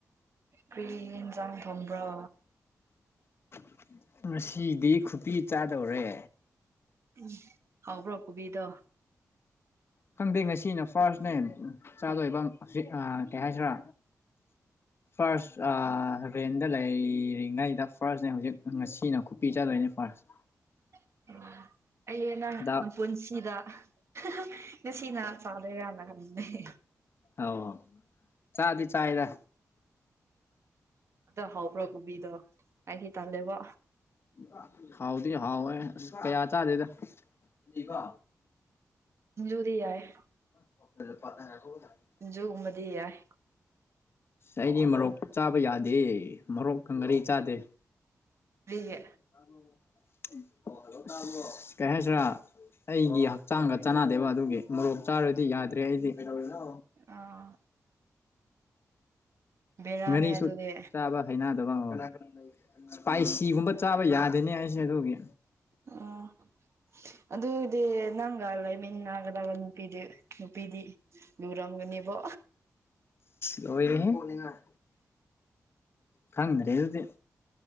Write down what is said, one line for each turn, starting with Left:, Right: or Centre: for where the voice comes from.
Right: ꯀ꯭ꯔꯤ ꯏꯟꯖꯥꯡ ꯊꯣꯡꯕ꯭ꯔꯣ
Left: <unintelligible> ꯉꯁꯤꯗꯤ ꯈꯨꯄꯤ ꯆꯥꯗꯧꯔꯦ
Right: <unintelligible> ꯍꯥꯎꯕ꯭ꯔꯣ ꯈꯨꯕꯤꯗꯣ
Left: ꯈꯪꯗꯦ ꯉꯁꯤꯅ ꯐꯥꯔꯁꯅꯦ ꯆꯥꯗꯣꯏꯕ ꯀꯩ ꯍꯥꯏꯁꯤꯔ ꯐꯥꯔꯁ ꯔꯦꯟꯗ ꯂꯩꯔꯤꯉꯩꯗ ꯐꯥꯔꯁꯅꯦ ꯍꯧꯖꯤꯛ ꯉꯁꯤꯅ ꯈꯨꯄꯤ ꯆꯗꯣꯏꯅꯤ ꯐꯥꯔꯁ
Right: <unintelligible> ꯑꯩꯗꯤ ꯅꯪ
Left: ꯗꯥꯛ
Right: ꯅꯄꯨꯟꯁꯤꯗ <unintelligible> ꯉꯁꯤ ꯉꯥ ꯆꯥꯗꯣꯏꯔꯅ ꯍꯪꯕꯅꯦ꯫
Left: ꯑꯧ ꯆꯥꯗꯤ ꯆꯥꯏꯗ꯫
Right: ꯎꯝ ꯇ ꯍꯥꯎꯕ꯭ꯔ ꯀꯨꯕꯤꯗꯣ ꯑꯩꯗꯤ ꯇꯜꯂꯦꯕꯣ꯫
Left: <unintelligible> ꯍꯥꯎꯗꯤ ꯍꯥꯎꯋꯦ ꯑꯁ <unintelligible> ꯀꯌꯥ ꯆꯥꯗꯦꯗ ꯅꯤꯀꯣ꯫
Right: ꯑꯗꯨꯗꯤ ꯌꯥꯏꯌꯦ꯫
Left: <unintelligible>
Right: ꯁꯤꯡꯖꯨꯒꯨꯝꯕꯗꯤ ꯌꯥꯏ꯫
Left: ꯑꯩꯗꯤ ꯃꯣꯔꯣꯛ ꯆꯥꯕ ꯌꯥꯗꯦ ꯃꯣꯔꯣꯛꯀ ꯉꯥꯔꯤ ꯆꯥꯗꯦ꯫
Right: ꯀꯩꯒꯤ꯫
Left: ꯇꯥꯕꯔꯣ <unintelligible> ꯑꯣ ꯍꯜꯂꯣ ꯇꯥꯕꯔꯣ ꯀꯩ ꯍꯥꯏꯖꯤꯔꯥ꯫ <unintelligible> ꯑꯩꯒꯤ ꯍꯛꯆꯥꯡꯒ ꯆꯥꯟꯅꯗꯦꯕ ꯑꯗꯨꯒꯤ ꯃꯣꯔꯣꯛ ꯆꯥꯔꯗꯤ ꯌꯥꯗ꯭ꯔꯦ ꯑꯩꯗꯤ ꯀꯩꯗꯧꯔꯤꯅꯣ꯫
Right: ꯑꯥ꯫ ꯕꯦꯔꯥꯅꯦ
Left: ꯉꯥꯔꯤꯁꯨ
Right: ꯑꯗꯨꯗꯤ
Left: ꯆꯥꯕ ꯍꯩꯅꯗꯕ ꯀꯅꯥ ꯀꯅꯥ ꯂꯩ <unintelligible> ꯏꯁꯄꯥꯏꯁꯤꯒꯨꯝꯕ ꯆꯥꯕ ꯌꯥꯗꯦꯅꯦ ꯑꯩꯁꯦ ꯑꯗꯨꯒꯤ꯫
Right: ꯑꯣ꯫ ꯑꯗꯨꯗꯤ ꯅꯪꯒ ꯂꯩꯃꯤꯟꯅꯒꯗꯕ ꯅꯨꯄꯤꯗꯤ ꯅꯨꯄꯤꯗꯤ ꯂꯨꯔꯝꯒꯅꯤꯕꯣ꯫
Left: ꯂꯣꯏꯔꯦꯍꯦ <unintelligible> ꯈꯪꯗ꯭ꯔꯦ ꯑꯗꯨꯗꯤ꯫